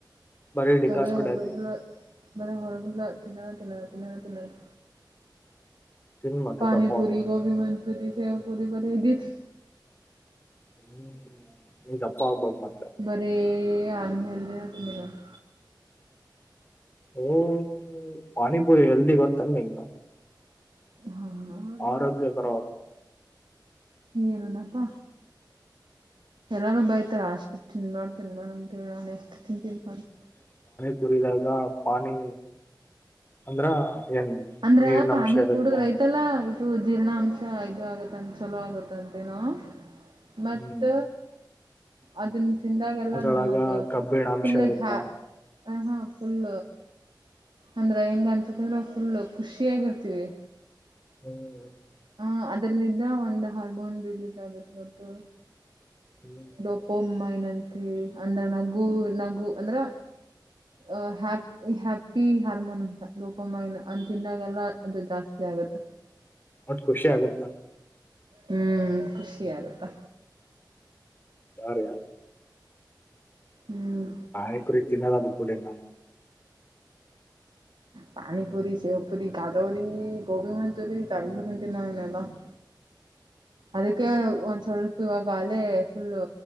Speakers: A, on the left; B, on the right.
A: ಬರೀ ಡಿಕಾಸ್
B: ಬರೇ
A: ಕುಡ್ಯಾತೀನಿ
B: ಹೊರಗ ಬರ ಹೊರಗಲ್ಲ ತಿನೋದೇ ತಿನೋದೇ ತಿನೂದ್ ತಿನೂದ್
A: ತಿನ್ ಮತ್ತೆ
B: ಪಾನಿಪುರಿ
A: ದಪ್ಪ ಆಗ್ಬೇಕ್
B: ಗೋಬಿ ಮಂಚ್ <inaudible> ಸ ಪ ಮಾನ ಎ ದ <inaudible>
A: ಹ್ಮ್ ಈಗಪ್ಪ ಆಗ್ಬ ಮತ್ತೆ
B: ಬರಿ ಉನ್ಹೆಅಲ್ತ್ ತಿಂದನ ನೋಡ್
A: ಹಓ ಪಾನಿಪುರಿ ಹೆಲ್ದಿ ಗೊತ್ತನ್ ನಿನಗ
B: ಹಾ ಹಾಗೆ
A: ಆರೋಗ್ಯಕರ
B: ಏನಣಪ್ಪಾ ಎಲ್ಲಾರು ಬೈತಾರೆ ಅಷ್ಟು ತಿನ್ ಮಾಡಾ ತಿನ್ ಮಾಡಾ ಅಂತ ಹೇಳ ನಾನು ಎಷ್ಟು ತಿನ್ಂತನ್ಪಾನ <inaudible>
A: ಸುರಿದಾಗ ಪಾನಿ ಅಂದ್ರ ಏನ್
B: ಅಂದ್ರ
A: ನೀರಿನ
B: ಪಾನಿ
A: ಅಂಶ ಇರುತ್ತ
B: ಕೂಡದ್ರ ಏತಳ ಜೀರ್ಣಾಂಶ ಇದು ಆಗತ್ತಂತ ಚಲೋ ಆಗತ್ತಂತೇನೋ ಮತ್ತ
A: ಹ್ಮ್
B: ಅದ ತಿಂದಾಗೆಲ್ಲಾ
A: ಅದ್ರೊಳಗ
B: ನಮಗ
A: ಕಬ್ಬಿಣ ಅಂಶ
B: ಫುಲ್
A: ಇರುತ್ತ
B: ಹಾ ಹ ಹಾ ಫುಲ್ ಅಂದ್ರೆ ಹೆಂಗ ಅನ್ಸತ ಅಂದ್ರೆ ಫುಲ್ ಖುಷಿಯಾಗಿರ್ತೀವಿ
A: ಹ್ಮ್
B: ಹ ಅದರಿಲ್ಲಿಂದ ಒಂದು ಹಾರ್ಮೋನ್ ರಿಲೀಸ್ ಆಗತ್ ಗೊತ್ತು
A: ಹ್ಮ್
B: ಡೊಪೋಮೆನ ಏನಂತ ಹೇಳಿ ಅಂದ್ರ ನಗು ನಗು ಅಂದ್ರೆ ಹ ಹ್ಯಾ ಹ್ಯಾಪಿ ಹಾರ್ಮೋನ್ ಅಂತ ಡೂಪಮೈನ್ ಅಂತಿಂದಾಗೆಲ್ಲ ಅದು ಜಾಸ್ತಿ ಆಗತ್ತ
A: ಒಟ್ ಖುಷಿ ಆಗುತ್ತ
B: ಹ್ಮ್ ಖುಷಿ ಆಗುತ್ತಾ
A: ಸಾರೆಯಾ <inaudible>
B: ಹ್ಮ್
A: ಪಾನಿಪುರಿ ತಿನ್ನದ ಬ ಬಿಟ್ಟಬಿಟ್ಟಿನಿ
B: ಪಾನಿ ಪುರಿ ಶೇವ ಪುರಿ ಗಾಜರಿ ಗೋಬಿ ಮಂಜೂರಿ ನಲ್ಲಾ <unintelligible> ಅದಕ್ಕೆ ಒಂದ ಸ್ವಲ್ಪ ಇವಾಗ ಅಲ್ಲೇ ಫುಲ್ಲು